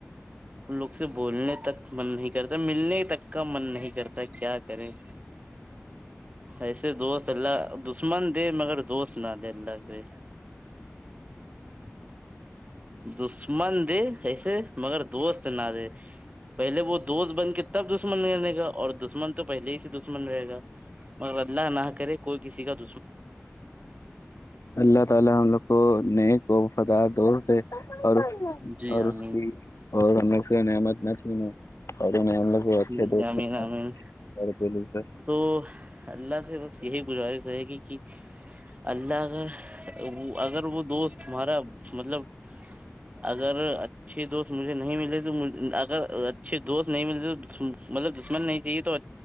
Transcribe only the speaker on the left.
اللہ تعالی ہم لوگ کو ن کوفدار دوست اور
اور
اس کی اور ہم سے نعمت مچ میں سرے نہیں ہم لوگ اچھے
دوست
ہیں
ب